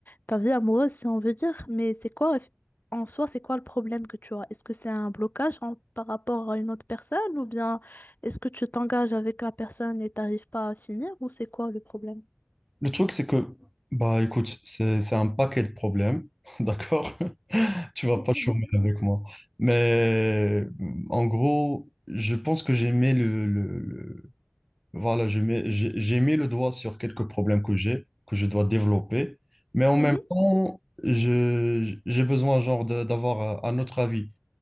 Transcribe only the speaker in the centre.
Le truc, c'est que, bah écoute, c'est c'est un paquet de problèmes, <laughs> d'accord? Tu vas
pas chômer avec moi. Mais en gros, je pense que j'ai mis le, le- le- voilà, je mets, j'ai j'ai mis le doigt sur quelques problèmes que j'ai, que je dois développer. Mais en même
temps, je, j'ai besoin genre de- d'avoir un autre avis.